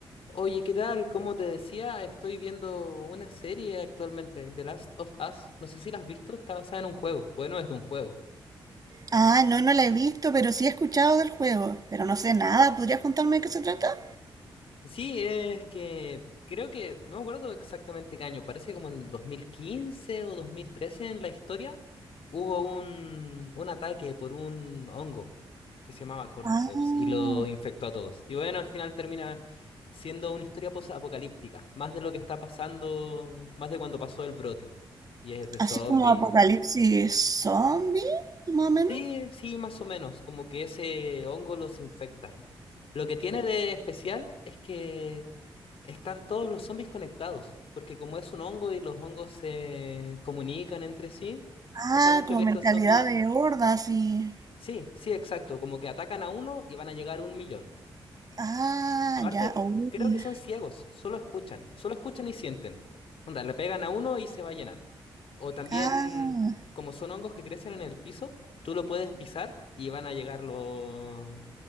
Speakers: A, on the left (about 65°); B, on the right (about 35°).
A: Oye, ¿qué tal? Como te decía, estoy viendo una serie actualmente, The Last of Us. No sé si la has visto, está basada en un juego. Bueno, es de un juego.
B: Ah, no, no la he visto, pero sí he escuchado del juego. Pero no sé nada. ¿Podrías contarme de qué se trata?
A: Sí, es que creo que, no me acuerdo exactamente qué año, parece como en el 2015 o 2013 en la historia, hubo un, un ataque por un hongo que se llamaba Cordyceps
B: Ah,
A: y lo infectó a todos. Y bueno, al final termina siendo una historia post-apocalíptica, más de lo que está pasando, más de cuando pasó el brote. Y es de
B: así
A: zombies.
B: como apocalipsis zombie, más o menos.
A: Sí, sí, más o menos, como que ese hongo los infecta. Lo que tiene de especial es que están todos los zombies conectados, porque como es un hongo y los hongos se comunican entre sí,
B: Ah,
A: pasa mucho
B: como
A: que
B: mentalidad
A: estos zombies...
B: de hordas y...
A: Sí, sí, exacto, como que atacan a uno y van a llegar a un millón.
B: Ah,
A: Aparte,
B: ya, uy.
A: creo que son ciegos, solo escuchan, solo escuchan y sienten. Onda, le pegan a uno y se va a llenar. O también,
B: Ah,
A: como son hongos que crecen en el piso, tú lo puedes pisar y van a llegar los,